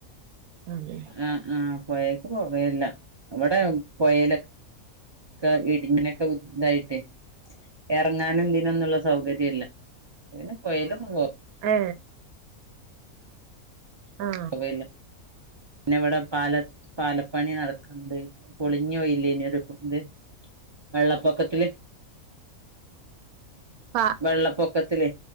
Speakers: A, on the right; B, on the right.
A: അതെ
B: ആ ആ പൊയേക്ക് പോവേയില്ല അവ്ടെ പൊഴേലൊ ക്കെ വ്ത് ഇതായിട്ട് എറങ്ങാനും ഇതിന്നൊന്നുള്ള സൗകര്യയില്ല അപ്പ പിന്നെ പൊയേലൊന്നും പോ
A: ഏ ആ
B: പോവേല്ല പിന്നെ ഇവടെ പാല പാലപ്പണി നട പണ്ട് പൊളിഞ്ഞോയില്ലേയിനൊ ഒര് ഇത് വെള്ളപ്പൊക്കത്തില്
A: പാ
B: വെള്ളപ്പൊക്കത്തില്